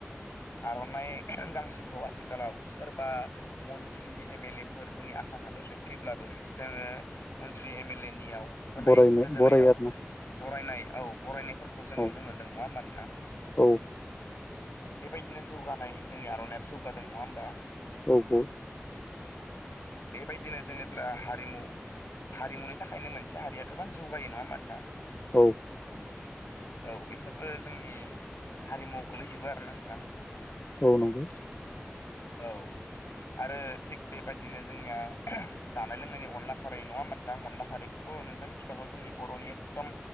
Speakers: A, on the left; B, on the left.
A: आर'नाइ गांसोखौ आथिखालाव सोरबा मन्त्रि एम एल ए फोर जोंनि आसाम हादरसेयाव फैयोब्लाबो जोङो मन्त्रि एम एल ए नियाव होनाय
B: बरायनो
A: गोदोनायाव
B: बरायो आरोना
A: बरायनाय औ बरायनायफोरखौ जों
B: औ
A: नुनो मोनदों नङा होमबा नोंथां?
B: औ।
A: बेबायदिनो जौगानाय जोंनि आर'नाइाब जौगादों नङा होमबा?
B: औग'
A: बेबायदिनो जेनेब्ला हारिमु हारिमुनि थाखायनो मोनसे हारिया गोबां जौगायो नङा मा नोंथां?
B: औ।
A: औ बेफोरबो जोंनि हारिमुआव गोलैजोबो आरो ना थां <inaudible>
B: औ नंगौ
A: औ आरो थिग बेबायदिनो जोंनिया जानाय लोंनायनि अनला खारिै नङा होमबा नोंथां अनला खारिैखौथ' नोंथां मिथिखागौ जोंनि बर'नि एकदम